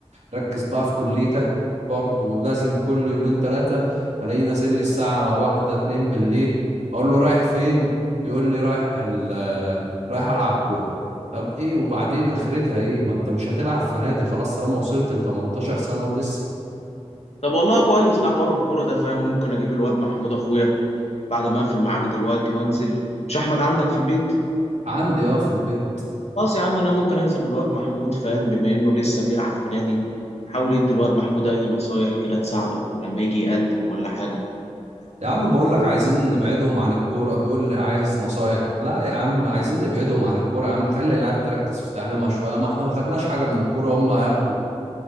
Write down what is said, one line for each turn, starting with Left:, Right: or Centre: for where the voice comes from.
Right: ركز بقى في كليتك برضه لازم كل يومين ثلاثة الاقيه نازل لي الساعة واحدة اتنين بالليل اقول له رايح فين يقول لي رايح ال- رايح العب كورة طب ايه وبعدين اخرتها ايه ما انت مش هتلعب في نادي خلاص طالما وصلت ل 18 سنة ولسه
Left: طب والله كويس ده حوار الكورة ده فاهم ممكن اجيب الواد محمود اخويا بعد ما اقفل معاك دلوقتي وانزل مش احمد عندك في البيت
Right: عندي اه في البيت
Left: خلاص يا عم انا ممكن انزل بالواد محمود فاهم بما انه لسه بيلعب في نادي احاول ادي الواد محمود اي نصايح كده تساعده ولما يجي يقدم ولا حاجه
Right: يا عم بقول لك عايزين نبعدهم عن الكورة تقول لي عايز نصايح لا يا عم عايزين نبعدهم عن الكورة يا عم خلي العيال تركز في تعليمها شوية ما احنا ما خدناش حاجة من الكورة هم هياخدوا